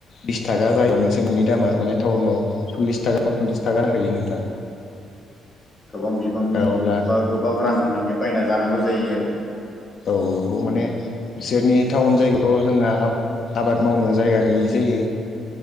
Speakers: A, on the left (about 60°); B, on the left (about 40°).
A: बिस थाखा जायोबा मोनसे मुवानि दामा माने टाउनाव सल्लिस थाखा बा पनसास थाखा होयो नोंथां।
B: गोबां बिबांनि
A: अब्ला
B: बा गोबां रां होनानै बायना जानांगौ जायो आ
A: औ नंगौ माने बिसोरनि टाउन जायगायाव थ' जोंहा आबाद मावनो जायगा गैयि जायो।